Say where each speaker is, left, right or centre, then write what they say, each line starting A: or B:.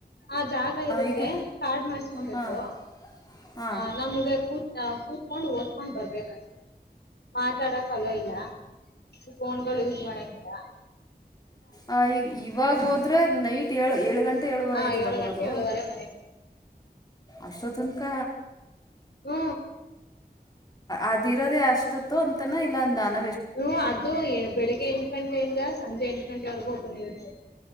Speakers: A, on the left (about 80°); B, on the left (about 25°).
A: ಆ ಜಾಗ ಇರುತ್ತೆ
B: ಈಗ
A: ಕಾರ್ಡ್ ಮಾಡಸ್ಕೊಬೇಕು
B: ಹಾಂ ಹಾಂ
A: ಆ ನಮ್ಗೆ ಕೂತ್ ಕೂ ಕಕೊಂಡು ಓದ್ಕೊಂಡ್ ಬರ್ಬೇಕಷ್ಟ ಮಾತಾಡಕ್ ಅಲೋ ಇಲ್ಲ ಫೋನ್ ಗಳು ಯೂಸ್ ಮಾಡಕ ಹ <inaudible>
B: ಆ ಈ ಇವಾಗ ಹೋದ್ರೆ ನೈಟ್ ಏಳ ಏಳು ಗಂಟೆ ಏಳುವರೆ
A: ಆ
B: ಆಯ್ತದ
A: ಏಳು
B: ಬರೋದು
A: ಗಂಟೆ ಏಳುವರೆ ಮನೆಗೆ
B: ಅಷ್ಟವತ್ನಕ
A: ಹ್ಮ
B: ಅದಿರೋದೆೇ ಅಷ್ಟೊ ಅಂತನ ಇಲ್ಲ ಅ ನಾನ
A: ಹ್ಮ ಅದು ಬೆಳಗ್ಗೆ ಎಂಟು ಗಂಟೆಯಿಂದ ಸಂಜೆ ಎಂಟು ಂಟೆವರೆಗೂ ಓಪನ್ ಇರುತ್ತೆ